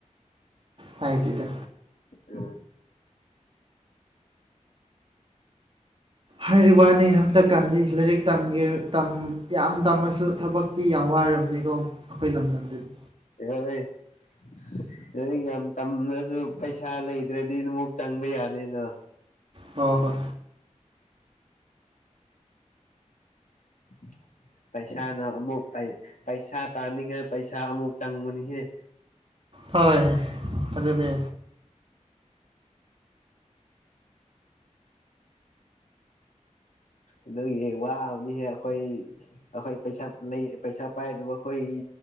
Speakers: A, on the right (about 45°); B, on the left (about 85°).
A: ꯍꯥꯏꯥꯏ ꯇꯗ
B: ꯎꯝ
A: ꯍꯥꯏꯔꯤꯕ ꯋꯥꯅꯤ ꯍꯟꯇꯛꯀꯥꯟꯗꯤ ꯂꯥꯏꯔꯤꯛ ꯇꯝꯒꯦ ꯌꯥꯝ ꯇꯝꯃꯁꯨ ꯊꯕꯛꯇꯤ ꯌꯥꯎꯋ ꯋꯥꯔꯕꯅꯤꯀꯣ ꯑꯩꯈꯣꯏ ꯂꯝꯗꯝꯗꯗꯤ
B: ꯌꯑꯥꯏ ꯌꯥꯝ ꯇꯝꯅꯁꯨ ꯄꯩꯁꯥ ꯂꯩꯗ꯭ꯔꯗꯤ ꯑꯗꯨꯨꯛ ꯆꯪꯕ ꯌꯥꯗꯦꯗꯣ
A: ꯍꯣ ꯍꯣꯏ
B: <inaudible> ꯄꯩꯁꯥꯅ ꯑꯃꯨꯛ ꯄꯩꯁꯥ ꯇꯥꯅꯤꯡꯉꯥꯏ ꯄꯩꯁꯥ ꯑꯃꯨꯛ ꯆꯪꯕꯅꯤꯍꯦ <inaudible>
A: ꯍꯣꯏ ꯑꯗꯨꯅꯦ
B: ꯑꯗꯨꯒꯤ ꯋꯥꯕꯅꯤꯍꯦ ꯑꯩꯈꯣꯏ ꯑꯩꯈꯣꯏ ꯄꯩꯁꯥ ꯄꯩꯁꯥ ꯄꯥꯏꯗꯨꯕ ꯑꯩꯈꯣꯏ